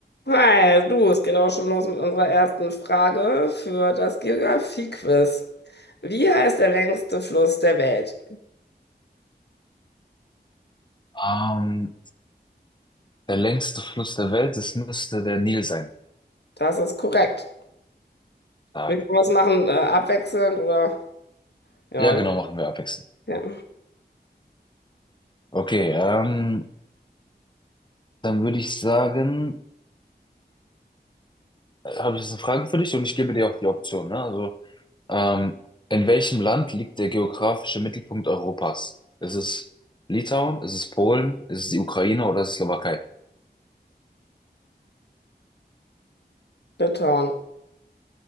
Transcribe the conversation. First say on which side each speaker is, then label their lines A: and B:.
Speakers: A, on the left; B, on the left.
A: Hi, du, es geht auch schon los mit unserer ersten Frage für das Geografie-Quiz. Wie heißt der längste Fluss der Welt?
B: Ähm, der längste Fluss der Welt, das müsste der Nil sein.
A: Das ist korrekt.
B: Stark.
A: Wir können was machen, äh, abwechselnd oder ja,
B: Ja, genau, machen wir abwechselnd.
A: ja.
B: Okay, ähm, dann würde ich sagen, äh, habe ich jetzt eine Frage für dich und ich gebe dir auch die Option, ne? Also, ähm, in welchem Land liegt der geografische Mittelpunkt Europas? Ist es Litauen? Ist es Polen? Ist es die Ukraine oder ist es Slowakei?
A: Litauen.